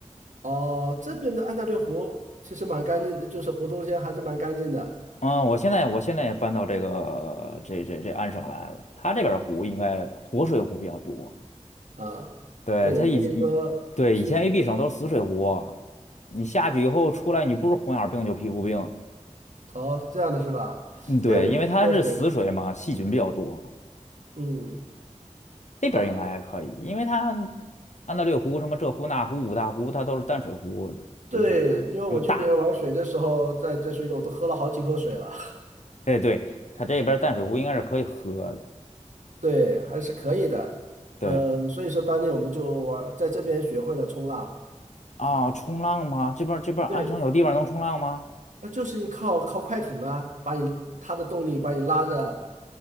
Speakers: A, on the right; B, on the left.
A: 哦，这边的安大略湖其实蛮干净的，就是湖中间还是蛮干净的
B: 嗯，我现在我现在也搬到这个这这这安省来了，它这边儿湖应该活水湖比较多。
A: 啊。
B: 对，
A: 对，
B: 它以以对以前
A: 所以说去
B: AB 省都是死水湖，你下去以后出来，你不是红眼儿病就皮肤病。
A: 哦这样的是吧？
B: 嗯，对，
A: 哎，我们这边水，
B: 因为它是死水嘛，细菌比较多。
A: 嗯
B: 这边儿应该还可以，
A: 啊，
B: 因为它安大略湖、什么这湖那湖、五大湖，它都是淡水湖，
A: 对，
B: 就是又大。
A: 因为我去年玩水的时候，在在水里我都喝了好几口水了。
B: 哎，对，它这边儿淡水湖应该是可以喝的。
A: 对，还是可以的。
B: 对
A: 呃，所以说当年我们就玩，在这边学会了冲浪
B: 啊，
A: 啊。
B: 冲浪吗？这边儿这边儿安省有地方能冲浪吗？
A: 对，那就是靠靠快艇啊，把你它的动力把你拉着，